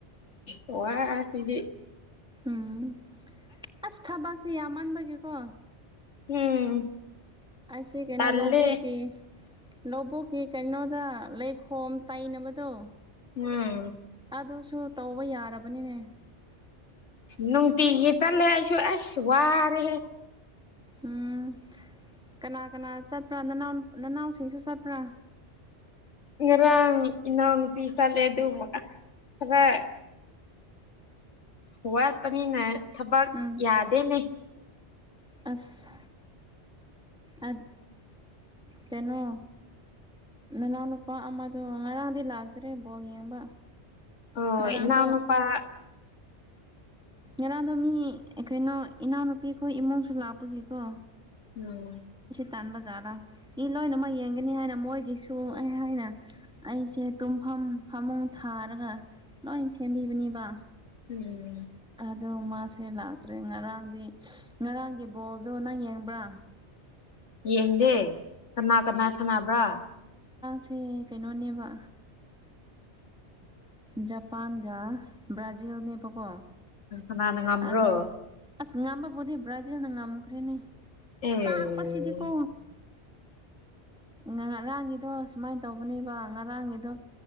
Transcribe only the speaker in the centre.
ꯎꯝ ꯑꯁ ꯊꯕꯛꯁꯦ ꯌꯥꯝꯃꯥꯟꯕꯒꯤꯦꯀꯣ
ꯑꯩꯁꯦ ꯀꯩꯅꯣ
ꯂꯧꯕꯣ ꯀ ꯂꯧꯕꯨꯛꯀꯤ ꯀꯩꯅꯣꯗ ꯂꯩꯈꯣꯝ ꯇꯩꯅꯕꯗꯣ
ꯑꯗꯨꯁꯨ ꯇꯧꯕ ꯌꯥꯔꯕꯅꯤꯅꯦ
ꯎꯝ ꯀꯅꯥ ꯀꯅꯥ ꯆꯠꯄ꯭ꯔꯥ ꯅꯅꯥꯎ ꯅꯅꯥꯎꯁꯤꯡꯁꯨ ꯆꯠꯄ꯭ꯔꯥ
ꯎꯝ
ꯑꯁ ꯑ ꯀꯩꯅꯣ ꯅꯅꯥꯎꯅ ꯅꯨꯄꯥ ꯑꯃꯗꯣ ꯉꯔꯥꯡꯗꯤ ꯂꯥꯛꯇ꯭ꯔꯦ ꯕꯣ ꯌꯦꯡꯕ
ꯉꯔꯥꯡꯗꯣ
ꯉꯔꯥꯡꯗꯣ ꯃꯤ ꯀꯩꯅꯣ ꯏꯅꯥꯎꯅꯨꯄꯤꯈꯣꯏ ꯏꯃꯨꯡꯁꯨ ꯂꯥꯛꯄꯒꯤꯀꯣ
ꯇꯥꯟ ꯕꯖꯥꯔꯗ ꯃꯤ ꯂꯣꯏꯅꯃꯛ ꯌꯦꯡꯒꯅꯤ ꯍꯥꯏꯅ ꯃꯣꯏꯒꯤꯁꯨ ꯑꯩ ꯍꯥꯏꯅ ꯑꯩꯁꯦ ꯇꯨꯝ ꯐꯃꯨꯡ ꯊꯥꯔꯒ ꯂꯣꯏ ꯁꯦꯝꯕꯤꯕꯅꯤꯕ
ꯑꯗꯣ ꯃꯥꯁꯦ ꯂꯥꯛꯇ꯭ꯔꯦ ꯉꯔꯥꯡꯗꯤ ꯉꯔꯥꯡꯒꯤ ꯕꯣꯜꯗꯣ ꯅꯪ ꯌꯦꯡꯕ꯭ꯔꯥ
ꯁꯦ ꯀꯩꯅꯣꯅꯦꯕ ꯖꯄꯥꯟꯒ ꯕ꯭ꯔꯥꯖꯤꯜꯅꯦꯕꯀꯣ
ꯑꯗꯣ ꯑꯁ ꯉꯝꯕꯕꯨꯗꯤ ꯕ꯭ꯔꯥꯖꯤꯜꯅ ꯉꯝꯈ꯭ꯔꯦꯅꯦ
ꯆꯥꯛꯄꯁꯤꯗꯤꯀꯣ ꯉꯔꯥꯡꯒꯤꯗꯣ ꯁꯨꯃꯥꯏꯅ ꯇꯧꯕꯅꯦꯕ ꯉꯔꯥꯡꯒꯤꯗꯣ